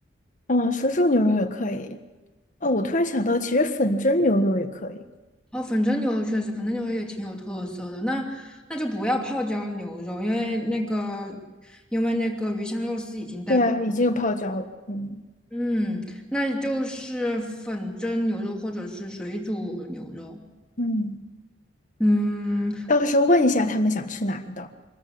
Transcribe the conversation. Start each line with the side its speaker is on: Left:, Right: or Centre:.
Left: 哦，水煮牛肉也可以。哦，我突然想到，其实粉蒸牛肉也可以。
Centre: 哦，粉蒸牛肉确实，粉蒸牛肉也挺有特色的。那那就不要泡椒牛肉，因为那个因为那个鱼香肉丝已经带泡。
Left: 对啊，已经有泡椒了。嗯
Centre: 嗯，那就是粉蒸牛肉或者是水煮牛肉。
Left: 嗯。
Centre: 嗯，
Left: 到时候问一下他们想吃哪一道。